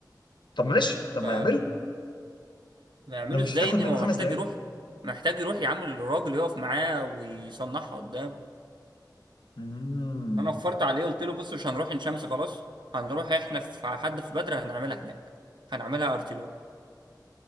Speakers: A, on the left; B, on the right.
A: طب ماشي طب
B: ف
A: ما يعمله
B: نعمله
A: ده مش
B: ازاي
A: هتاخد
B: يا ابني
A: منه
B: ما هو
A: خمس
B: محتاج
A: دقايق
B: يروح محتاج يروح يعمل الراجل يقف معاه ويصنعها قدامه
A: امم
B: انا وفرت عليه قلت له بص مش هنروح عين شمس خلاص هنروح احنا في حد في بدر هنعملها هناك هنعملها ارتيلون